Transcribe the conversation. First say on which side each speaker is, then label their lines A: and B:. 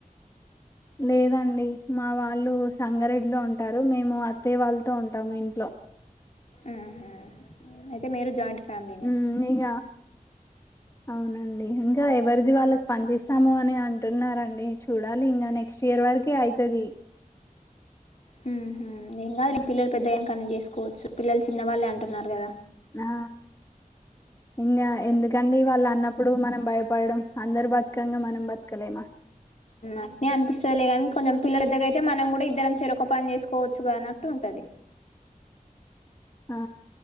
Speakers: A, on the left (about 20°); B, on the left (about 50°).
A: లేదండి మా వాళ్ళు సంగారెడ్డిలో ఉంటారు మేము అత్తయ వాళ్ళతో ఉంటాము ఇంట్లో
B: ఆహ అయితే మీరు జాయింట్ ఫ్యామిలీనే
A: హమ్ ఇగ అవునండి ఇంకా ఎవరిది వాళ్ళకి పనిచేస్తాము అని అంటున్నారండి చూడాలి ఇంకా నెక్స్ట్ ఇయర్ వరకి అయితది
B: హమ్ ఏం కాదులే నీ పిల్లలు పెద్దగైనక అని చేసుకోవచ్చు పిల్లలు చిన్న వాళ్ళే అంటున్నారు కదా
A: ఆ ఇంగ ఎందుకండి వాళ్ళ అన్న ఇప్పుడు మనం భయపడడం అందరు బతకంగా మనం బతకలేమా
B: అట్నే అనిపిస్తదిలే కానీ కొంచెం పిల్లల దగ్గర అయితే మనం కూడా ఇద్దరం చెరో ఒక పని చేసుకోవచ్చుగా అన్నట్టు ఉంటది
A: ఆ